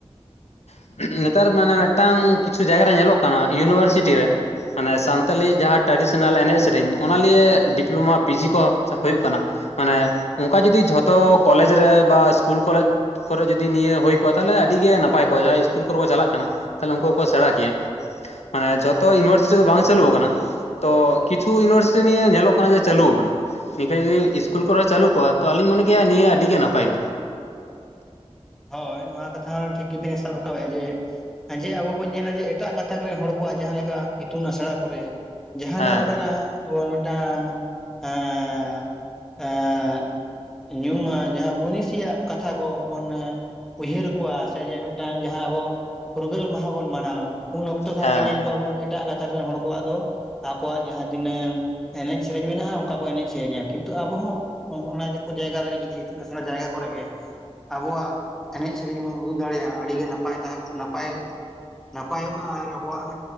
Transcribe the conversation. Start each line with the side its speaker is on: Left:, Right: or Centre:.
Left: <unintelligible> ᱱᱮᱛᱟᱨ ᱢᱟᱱᱮ ᱢᱤᱫᱴᱟᱝ ᱠᱤᱪᱷᱩ ᱡᱟᱭᱜᱟ ᱨᱮ ᱧᱮᱞᱚᱜ ᱠᱟᱱᱟ ᱤᱭᱩᱱᱤᱵᱷᱟᱨᱥᱤᱴᱤ ᱨᱮ ᱢᱟᱱᱮ ᱥᱟᱱᱛᱟᱞᱤ ᱡᱟᱦᱟᱸ ᱴᱨᱟᱰᱤᱥᱚᱱᱟᱞ ᱮᱱᱮᱡ ᱥᱮᱨᱮᱧ ᱚᱱᱟᱞᱤᱭᱮ ᱰᱤᱯᱞᱳᱢᱟ ᱯᱤᱡᱤ ᱠᱚ ᱦᱩᱭᱩᱜ ᱠᱟᱱᱟ ᱢᱟᱱᱮ ᱚᱱᱠᱟ ᱡᱩᱫᱤ ᱡᱷᱚᱛᱚ ᱠᱚᱞᱮᱡᱽ ᱨᱮ ᱵᱟ ᱤᱥᱠᱩᱞ ᱠᱚᱞᱮᱡᱽ- ᱠᱚᱨᱮ ᱡᱩᱫᱤ ᱱᱤᱭᱟᱹ ᱦᱩᱭ ᱠᱚᱜᱼᱟ ᱛᱟᱦᱞᱮ ᱟᱹᱰᱤ ᱜᱮ ᱱᱟᱯᱟᱭ ᱠᱚᱜᱼᱟ᱾ ᱚ ᱡᱟᱦᱟᱸᱭ ᱤᱥᱠᱩᱞ ᱠᱚᱨᱮ ᱠᱚ ᱪᱟᱞᱟᱜ ᱠᱟᱱᱟ ᱛᱟᱦᱚᱞᱮ ᱩᱱᱠᱩ ᱠᱚ ᱥᱮᱬᱟ ᱠᱮᱭᱟ᱾ ᱢᱟᱱᱮ ᱡᱷᱚᱛᱚ ᱤᱭᱩᱱᱤᱵᱷᱟᱨᱥᱤᱴᱤ ᱫᱚ ᱵᱟᱝ ᱪᱟᱹᱞᱩ ᱟᱠᱟᱱᱟ ᱛᱚ ᱠᱤᱪᱷᱩ ᱤᱭᱩᱱᱤᱵᱷᱟᱨᱥᱤᱴᱤ ᱱᱤᱭᱮ ᱧᱮᱞᱚᱜ ᱠᱟᱱᱟ ᱡᱮ ᱪᱟᱹᱞᱩ ᱟᱠᱟᱱᱟ ᱱᱤᱝᱠᱟᱹ ᱡᱩᱫᱤ ᱤᱥᱠᱩᱞ ᱠᱚᱨᱮ ᱪᱟᱹᱞᱩ ᱠᱚᱜᱼᱟ ᱛᱚ ᱟᱞᱤᱧ ᱢᱚᱱᱮ ᱠᱮᱭᱟ ᱱᱤᱭᱟᱹ ᱟᱹᱰᱤ ᱜᱮ ᱱᱟᱯᱟᱭ ᱠᱚᱜᱼᱟ
Centre: ᱦᱳᱭ ᱱᱚᱣᱟ ᱠᱟᱛᱷᱟ ᱴᱷᱤᱠ ᱜᱮᱵᱤᱱ ᱥᱟᱵ ᱨᱟᱠᱟᱵᱮᱼᱟ ᱡᱮ ᱡᱮ ᱟᱵᱚ ᱵᱚᱱ ᱧᱮᱞᱟ ᱡᱮ ᱮᱴᱟᱜ ᱜᱟᱛᱟᱠ ᱨᱮᱱ ᱦᱚᱲ ᱠᱚᱣᱟᱜ ᱡᱟᱦᱟᱸ ᱞᱮᱠᱟ ᱤᱛᱩᱱ ᱟᱥᱲᱟ ᱠᱚᱨᱮ ᱡᱟᱦᱟᱸ
Left: ᱦᱮᱸ
Centre: ᱱᱟᱸᱜ ᱚᱱᱠᱟᱱᱟᱸᱜ ᱢᱤᱫᱴᱟᱝ ᱮᱸᱼ ᱮᱸ ᱧᱩᱢᱟ ᱡᱟᱦᱟᱸ ᱢᱩᱱᱤᱥᱤᱭᱟᱜ ᱠᱟᱛᱷᱟ ᱠᱚ ᱵᱚᱱ <inaudible> ᱩᱭᱦᱟᱹᱨ ᱟᱠᱚᱣᱟ ᱥᱮ ᱡᱮ ᱢᱤᱫᱴᱟᱝ ᱡᱟᱦᱟᱸ ᱟᱵᱚ ᱯᱷᱩᱨᱜᱟᱹᱞ ᱢᱟᱦᱟ ᱵᱚᱱ ᱢᱟᱱᱟᱣᱟ ᱩᱱ ᱚᱠᱛᱚ ᱠᱷᱟᱱ
Left: ᱦᱮᱸ
Centre: ᱜᱮ ᱧᱮᱞ ᱠᱚᱣᱟ ᱵᱚᱱ ᱮᱴᱟᱜ ᱜᱟᱛᱟᱠ ᱨᱮᱱ ᱦᱚᱲ ᱠᱚᱣᱟᱜ ᱫᱚ ᱟᱠᱚᱣᱟᱜ ᱡᱟᱦᱟᱸ ᱛᱤᱱᱟᱹᱝ ᱮᱱᱮᱡ ᱥᱮᱨᱮᱧ ᱢᱮᱱᱟᱜᱼᱟ ᱚᱝᱠᱟ ᱠᱚ ᱮᱱᱮᱡ ᱥᱮᱨᱮᱧᱟ ᱠᱤᱱᱛᱩ ᱟᱵᱚ ᱦᱚᱸ ᱚᱱᱟ ᱡᱚᱛᱚ ᱡᱟᱭᱜᱟ ᱨᱮᱜᱮ ᱡᱩᱫᱤ ᱤᱛᱩᱱ ᱟᱥᱲᱟ ᱡᱟᱭᱜᱟ ᱠᱚᱨᱮ ᱜᱮ ᱟᱵᱚᱣᱟᱜ ᱮᱱᱮᱡ ᱥᱮᱨᱮᱧ ᱵᱚᱱ ᱩᱫᱩᱜ ᱫᱟᱲᱮᱭᱟᱜᱼᱟ ᱟᱹᱰᱤ ᱜᱮ ᱱᱟᱯᱟᱭ ᱛᱟᱦᱮᱸ <inaudible> ᱱᱟᱯᱟᱭ ᱱᱟᱯᱟᱭᱚᱜ ᱢᱟ ᱟᱨ ᱟᱵᱚᱣᱟᱜ